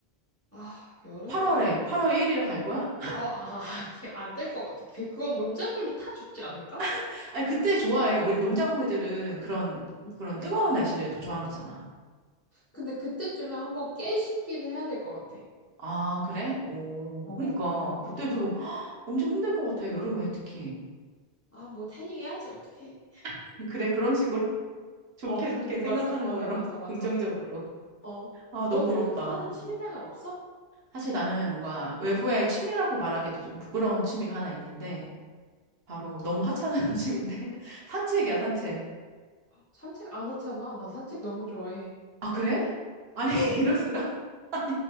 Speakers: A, on the left (about 15°); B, on the right (about 70°).
A: 아, 여름은,
B: 8월에, 8월 1일에 갈 거야?
A: 아, 아, 아, 아니, 안 될 것 같아. 그- 그건 농작물도 타 죽지 않을까?
B: <laughs> 아니, 그때 좋아해. 오히려 농작물들은 그런,
A: 응.
B: 그런 뜨거운 날씨를 더 좋아한다잖아.
A: 근데 그때쯤에 한번 깨 심기는 해야 될 것 같아.
B: 아, 그래? 오,
A: 어, 어, 어,
B: 그러니까. 그때도
A: 어, 어.
B: 엄청 힘들 것 같아, 여름에 특히.
A: 아, 뭐 태닝 해야지 어떡해.
B: <laughs> 그래, 그런 식으로 <laughs> 좋게
A: 어, 어,
B: 좋게 생각하는
A: 맞아, 맞아,
B: 걸로,
A: 맞아,
B: <laughs>
A: 맞아.
B: 긍정적으로.
A: 어,
B: 아, 너무
A: 너는
B: 부럽다.
A: 요새 뭐 하는 취미생활 없어?
B: 사실 나는 뭔가 외부의 취미라고 말하기도 좀 부끄러운 취미가 하나 있는데, 바로 너무 하찮은 <laughs> 취미인데, <laughs> 산책이야, 산책.
A: 응. 산책 안 하잖아. 나 산책 너무 좋아해.
B: 아, 그래? 아니,
A: 응,
B: <laughs> 이럴 수가. <laughs> 아니,